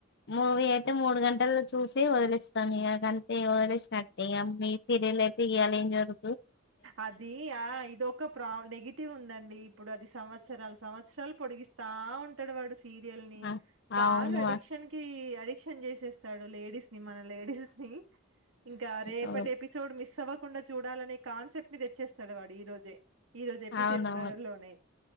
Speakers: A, on the left (about 55°); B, on the right (about 75°).
A: మూవీ అయితే మూడు గంటలు చూసి వదిలేస్తాము ఇక కంతే వదిలేసినట్టటు ఇక మీ అయితే ఈయల ఏం జరుగుత
B: అది ఆ ఇదొక ప్రా నెగిటివ్ ఉందండి ఇప్పుడు అది సంవత్సర సంవత్సరాల సంవత్సరాలు పొడిగిస్తా ఉంటాడు వాడు సీరియల్ ని
A: ఆ!
B: బాగా
A: అవును.
B: అడిక్షన్ కి అడిక్షన్ చేసేస్తాడు లేడీస్ ని మన లేడీస్ ని ఇంకా రేపటి
A: ఆ!
B: ఎపిసోడ్ మిస్ చదవకుండా చూడాలనే కాన్సెప్ట్ ని తెచ్చేస్తాడు వాడు ఈ రోజే ఈ రోజు ఎపిసిడ్
A: అవునవును
B: ల లోనే